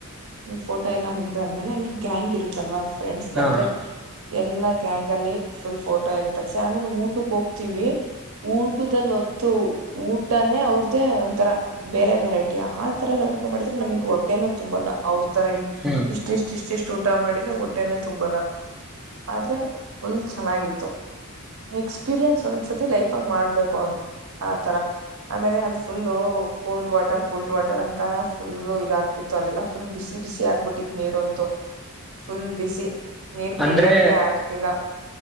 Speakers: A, on the right; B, in the centre.
A: ಫೋಟೋ ಎಲ್ಲ ಮುಗ ಆದ್ಮೇಲೆ ಹೆಂಗೆ ಗ್ಯಾಂಗ್ ಇರುತ್ತಲ್ವಾ ಫ್ರೆಂಡ್ಸ್
B: ಹಾ
A: ಅಂದ್ರೆ ಎಲ್ಲಾ ಗ್ಯಾಂಗ್ ಅಲ್ಲಿ ಫುಲ್ ಫೋಟೋ ಟ ಎಲ್ಲ ತಸಿ ಆಮೇಲೆ ಊಟಕ್ಕೆೋಗ ವಿ ಊಟದಲ್ಲ ಒಂತು ಊಟನೇ ಅವ್ರ್ದೇ ಒಂಥರ ಬೇರೆ ವೆರೈಟಿ ಆ ತರ ಎಲ್ಲ ಊಟ ಮಾಡಿದ್ರೆ ನಮಗ್ ಹೊಟ್ಟೆನೋ ತುಂಬಲ್ಲ ಅವ್ರ ಇತರ.
B: ಹ್ಮ್
A: ಇ ಇಷ್ಟ ಇಷ್ಟು ಊಟ ಮಾಡಿದ್ರೆ ಹೊಟ್ಟೆನೆ ತುಂಬಲ್ಲ ಆದ್ರೆ ಫುಲ್ ಚೆನ್ನಾಗಿತ್ತು ಎಕ್ಸ್ಪೀರಿಯನ್ಸ್ ಒಂದ್ಸತಿ ಲೈಫ್ಂಗ ಮಾಡ್ಬೇಕು ಆತರ ಆಮೇಲೆ ಅಲ್ಲಿ full cold water cold water ಅಂತ ಫುಲ್ಲ ಇದಾಗ್ತಿತ್ತು ಅಲ್ಲೆಲ್ಲ ಫುಲ್ ಬಿಸಿ ಬಿಸಿ ಆಗ್ಬಿಟ್ಟ ಟ್ಟ ನೀರು ಅಂತು ಫುಲ್ ಬಿಸಿ ನೀರ್
B: ಅಂದ್ರೆ
A: ಕುಡಿಯಕೆ ಆಗ್ತಿಲ್ಲ